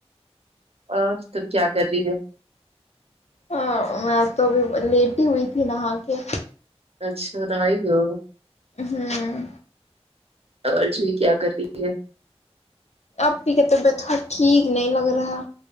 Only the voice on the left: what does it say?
ہاں میں تو ابھی لیٹ ہی ہوئی تھی نہا کے
ا ہوں
اپپی کا طبیعت اب ٹھیک نہیں لگ رہا